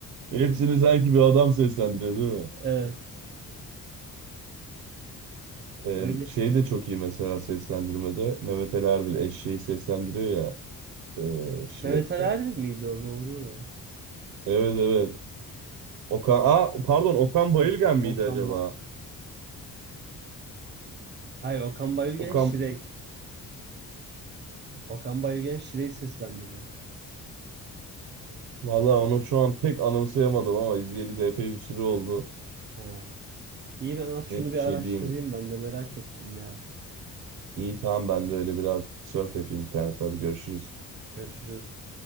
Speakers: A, on the right; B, on the right.
A: Hepsini sanki bir adam seslendiriyor değil mi?
B: Evet.
A: Ee,
B: Öyle.
A: şey de çok iyi mesela seslendirmede. Mehmet Ali Erbil eşeği seslendiriyor ya e, Shrek'te.
B: Mehmet Ali Erbil miydi o doğru?
A: Evet evet. Okan, aa, pardon Okan Bayülgen
B: Ok
A: miydi
B: Okan
A: acaba?
B: ba Hayır Okan Bayülgen
A: Okan,
B: Şirek. Okan Bayülgen Şirek'i seslendiriyor.
A: vallahi onu şu an pek anımsayamadım ama izleyeli de epey bir süre oldu.
B: Ha. İyi ben az şunu
A: Net
B: bir
A: bir
B: araştırayım
A: şey diyeyim.
B: ben de merak ettim ya.
A: İyi tamam ben de öyle biraz surf yapayım internette. Hadi görüşürüz.
B: Görüşürüz.